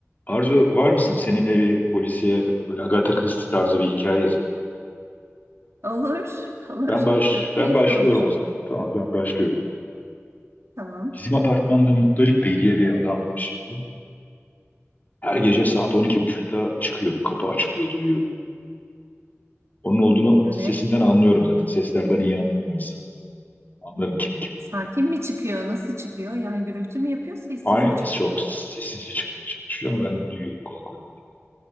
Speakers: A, on the left; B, on the right.
A: Arzu var mısın? Seninle bir polisiye böyle Agatha Christie tarzı bir hikaye yazın.
B: Olur, olur.
A: Ben baş
B: Çok keyifli
A: ben başlıyorum
B: olur.
A: o zaman. Tamam ben başlıyorum.
B: Tamam.
A: Bizim apartmanda Muttalip Bey diye bir adam var şimdi. Her gece saat on iki buçukta çıkıyor. Kapı açılıyor duyuyorum. Onun olduğunu
B: Evet.
A: sesinden anlıyorum zaten. Seslerden iyi anlarım insanı. Anlarım kimin kim.
B: Sakin mi çıkıyor? Nasıl çıkıyor? Yani gürültü mü yapıyor, sessiz
A: Aynı
B: mi çıkıyor?
A: çok sessizce çıkmaya çalışıyor ama ben duyuyorum kulaklarım.